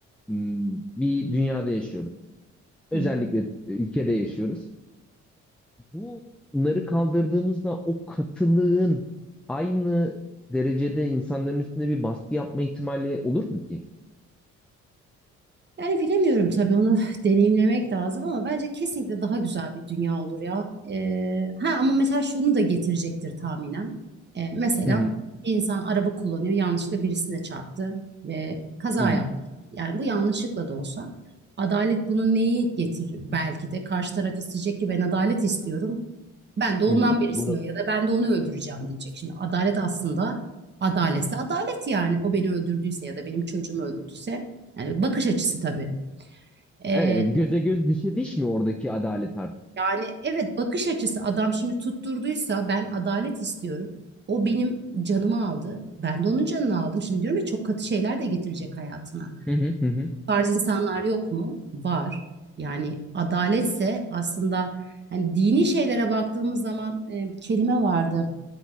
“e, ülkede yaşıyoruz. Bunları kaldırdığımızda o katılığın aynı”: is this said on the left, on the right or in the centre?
Centre